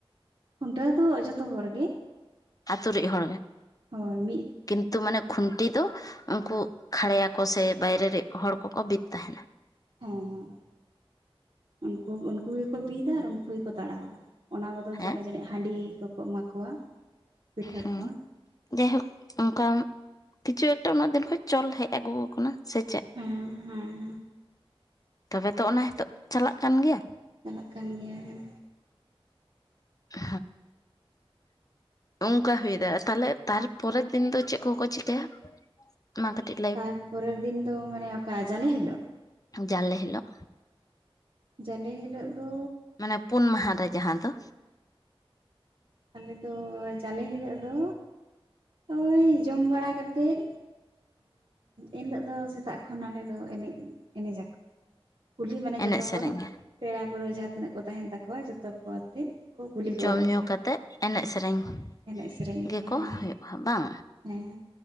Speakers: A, on the right; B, on the left.
A: ᱠᱷᱩᱱᱴᱟᱹᱣ ᱫᱚ ᱡᱚᱛᱚ ᱦᱚᱲ ᱜᱮ᱾
B: ᱟᱛᱸᱩ ᱨᱮᱡ ᱦᱚᱲ ᱜᱮ
A: ᱦᱳᱭ ᱢᱤᱫ
B: ᱠᱤᱱᱛᱩ ᱢᱟᱱᱮ ᱠᱷᱩᱱᱴᱤ ᱫᱚ ᱩᱱᱠᱩ ᱠᱷᱟᱲᱮᱭᱟ ᱠᱚ ᱥᱮ ᱵᱟᱭᱨᱮ ᱨᱮ ᱦᱚᱲ ᱠᱚᱠᱚ ᱵᱤᱫ ᱛᱟᱦᱮᱱᱟ᱾
A: ᱦᱩᱸ ᱦᱩᱸ ᱩᱱᱠᱩ ᱩᱱᱠᱩ ᱜᱮᱠᱚ ᱵᱤᱫᱟ ᱟᱨ ᱩᱱᱠᱩ ᱜᱮᱠᱚ ᱛᱟᱲᱟᱣᱟ᱾ ᱚᱱᱟ ᱵᱚᱫᱚᱞ
B: ᱦᱮᱸ
A: ᱛᱮ ᱚᱱᱟ ᱡᱟᱹᱱᱤᱡ ᱦᱟᱺᱰᱤ ᱠᱚᱠᱚ ᱮᱢᱟ ᱠᱚᱣᱟ᱾ ᱯᱤᱴᱷᱟᱹ
B: ᱦᱮᱸ᱾
A: ᱠᱚ
B: ᱡᱟᱭᱦᱳᱠ ᱚᱱᱠᱟ ᱠᱤᱪᱷᱩ ᱮᱠᱴᱟ ᱩᱱᱟᱹᱜ ᱫᱤᱱ ᱠᱷᱚᱱᱡ ᱪᱚᱞ ᱦᱮᱡ ᱟᱹᱜᱩ ᱟᱠᱟᱱᱟ ᱥᱮ ᱪᱮᱫ?
A: ᱦᱮᱸ ᱦᱮᱸᱻ᱾
B: ᱛᱚᱵᱮ ᱛᱚ ᱚᱱᱟ ᱦᱤᱛᱚᱜ ᱪᱟᱞᱟᱜ ᱠᱟᱱ ᱜᱮᱭᱟ᱾
A: ᱪᱟᱞᱟᱜ ᱠᱟᱱ ᱜᱮᱭᱟ ᱦᱮᱸ᱾
B: <unintelligible> ᱚᱱᱠᱟ ᱦᱩᱭ ᱫᱟᱲᱮᱭᱟᱜ ᱛᱟᱦᱮ ᱛᱟᱨᱯᱚᱨᱮᱨ ᱫᱤᱱ ᱫᱚ ᱪᱮᱫ ᱠᱚᱠᱚ ᱪᱤᱠᱟᱹᱭᱟ? ᱢᱟ ᱠᱟᱴᱤᱡ ᱾
A: ᱛᱟᱨᱯᱚᱨᱮᱨ ᱫᱤᱱ ᱫᱚ ᱢᱟᱱᱮ ᱚᱠᱟ ᱡᱟᱞᱮ ᱦᱤᱞᱳᱜ᱾
B: ᱡᱟᱞᱮ ᱦᱤᱞᱳᱜ᱾
A: ᱡᱟᱞᱮ ᱦᱤᱞᱳᱜ ᱫᱚ᱾
B: ᱢᱟᱱᱮ ᱯᱩᱱ ᱢᱟᱦᱟ ᱨᱮ ᱡᱟᱦᱟ ᱫᱚ᱾
A: ᱟᱞᱮ ᱫᱚ ᱡᱟᱞᱮ ᱦᱤᱞᱳᱜ ᱫᱚ ᱳᱭ ᱡᱚᱢ ᱵᱟᱲᱟ ᱠᱟᱛᱮᱫ ᱮᱱᱦᱤᱞᱳᱜ ᱫᱚ ᱥᱮᱛᱟᱜ ᱠᱷᱚᱱ ᱟᱞᱮ ᱫᱚ ᱮᱱᱮᱡ ᱮᱱᱮᱡ ᱡᱟᱠᱚ᱾ ᱠᱩᱞᱦᱤ ᱢᱟᱱᱮ
B: ᱮᱱᱮᱡ
A: ᱡᱚᱛᱚ
B: ᱥᱮᱨᱮᱧ
A: ᱦᱚᱲ ᱯᱮᱲᱟ ᱯᱟᱹᱨᱦᱟᱹ ᱡᱟᱦᱟ ᱛᱤᱱᱟᱹᱜ ᱠᱚ ᱛᱟᱦᱮᱱ ᱛᱟᱠᱚᱣᱟ ᱡᱚᱛᱚ ᱠᱚ ᱟᱛᱮᱫ᱾ ᱠᱚ ᱠᱩᱞᱦᱤ
B: ᱡᱚᱢ
A: ᱠᱚ ᱚᱰᱳᱠᱚᱜᱼᱟ
B: ᱧᱩ ᱠᱟᱛᱮᱫ ᱮᱱᱮᱡ ᱥᱮᱨᱮᱧ᱾
A: ᱮᱱᱮᱡ ᱥᱮᱨᱮᱧ ᱟᱠᱚ
B: ᱜᱮᱠᱚ
A: ᱦᱮᱸ
B: ᱦᱳᱭᱳᱜᱼᱟ ᱵᱟᱝ
A: ᱦᱮᱸ